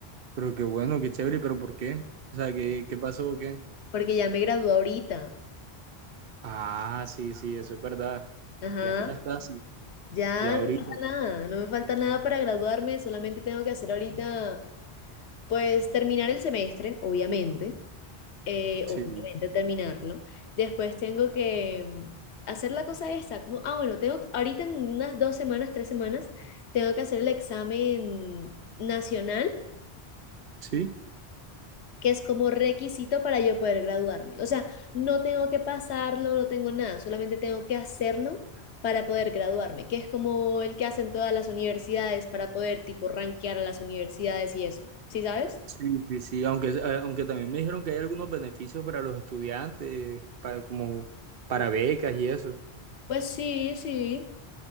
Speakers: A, on the right; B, on the left.
A: pero qué bueno, qué chévere, pero ¿por qué? O sea, ¿qué, qué pasó o qué?
B: Porque ya me gradué ahorita.
A: Ah, sí, sí, eso es verdad,
B: Ajá.
A: ya estás casi,
B: Ya
A: ya ahorita,
B: no pasa nada. No me falta nada para graduarme. Solamente tengo que hacer ahorita, pues terminar el semestre, obviamente. eh,
A: sí,
B: obviamente terminarlo. Después tengo que mm, hacer la cosa esta, como, ah, bueno, tengo, ahorita en unas dos semanas, tres semanas, tengo que hacer el examen nacional,
A: sí.
B: que es como requisito para yo poder graduarme. O sea, no tengo que pasarlo, no tengo nada, solamente tengo que hacerlo para poder graduarme, que es como el que hacen todas las universidades para poder tipo rankear a las universidades y eso. ¿Sí sabes?
A: Sí, sí, sí, aunque, eh, aunque también me dijeron que hay algunos beneficios para los estudiantes, para, como para becas y eso.
B: Pues sí, sí.